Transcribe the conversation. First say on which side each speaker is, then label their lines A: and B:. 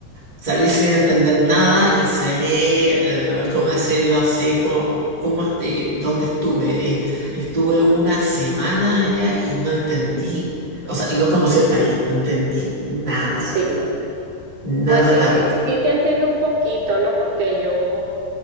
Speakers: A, on the right; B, on the right.
A: salí sin entender nada y salí, eh, ¿cómo decirlo así? Como, ¿cómo, eh, dónde estuve? Eh, estuve una semana allá y no entendí, o sea, y no conocí el país, no entendí nada,
B: Sí.
A: nada,
B: Pues sí,
A: nada.
B: sí, sí te entiendo un poquito, ¿no? Porque yo,